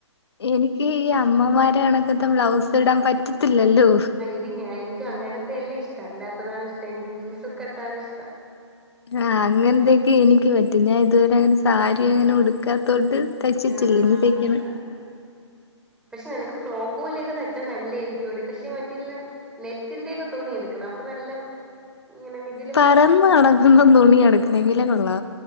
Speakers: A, on the left; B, in the centre.
A: എനിക്ക് ഈ അമ്മമാരെ കണക്കത്തെ ബ്ലൗസ് ഇടാൻ പറ്റത്തില്ലല്ലോ
B: എനിക്ക അങ്ങനത്തെയല്ല ഇഷ്ട അല്ലാത്തതാണ് ഇഷ്ടം എനിക്ക് പ്രിൻസസ് കട്ടാണ് ഇഷ്ടം
A: ആഹ് അങ്ങനത്തേക്ക് എനിക്ക് പറ്റും ഞാൻ ഇതുവരെ അങ്ങനെ സാരി അങ്ങനെ ഉടുക്കാത്തോണ്ട് തയ്ച്ചിട്ടില്ലനി
B: ആഹ്
A: തയ്ക്ക്ന
B: അതാണ് പക്ഷെ നിനക്ക് ഫ്രോക്ക് പോലിയൊക്കെ തെച്ചാ നല്ലായിരിക്കുംടി പക്ഷെ മറ്റെല്ലാം നെറ്റിന്റെ ഒക്കെ തുണി എടുക്കണം അപ്പൊ നല്ല ഇങ്ങനെ വിജി
A: പറന്ന് നടക്കുന്ന തുണിയാണ് ഇത്രയെങ്കിലുംകോള്ള